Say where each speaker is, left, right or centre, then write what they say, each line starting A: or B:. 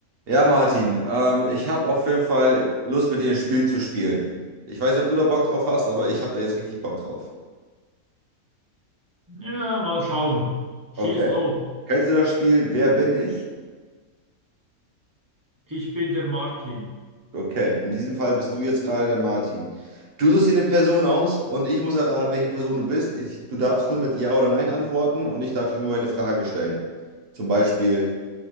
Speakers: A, on the right; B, on the right.
A: Ja, Martin, ähm, ich habe auf jeden Fall Lust, mit dir ein Spiel zu spielen. Ich weiß nicht, ob du da Bock drauf hast, aber ich habe da jetzt richtig Bock drauf.
B: Ja, mal schauen.
A: Okay.
B: Schieß los.
A: Kennst du das Spiel Wer bin ich?
B: Ich bin der Martin.
A: Okay, in diesem Fall bist du jetzt gerade der Martin. Du suchst dir eine Person aus und ich muss erraten, welche Person du bist. Ich, du darfst nur mit Ja oder Nein antworten und ich darf dir nur eine Frage stellen. Zum Beispiel,